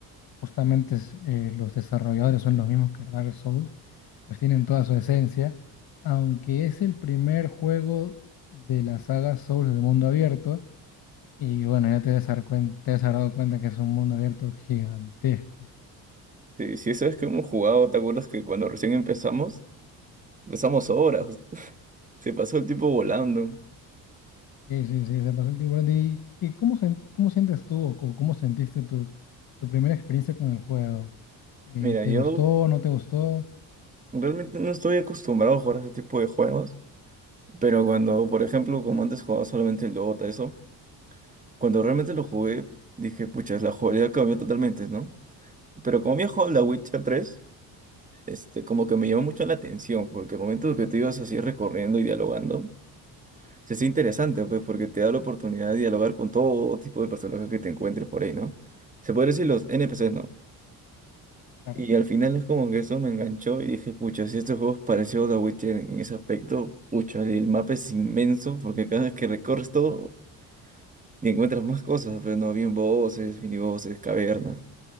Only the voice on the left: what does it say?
justamente es, eh, los desarrolladores son los mismos que Dark Souls, pues tienen toda su esencia, aunque es el primer juego de la saga Souls de mundo abierto, y bueno, ya te has dar cuen- te has dado cuenta que es un mundo abierto gigantesco.
Sí, sí, sí, se pasó el tiempo volando. ¿Y qué- cómo, sen- cómo sientes tú o co- cómo sentiste tu, tu primera experiencia con el juego? Eh,
¿te
gustó no te gustó?
Claro,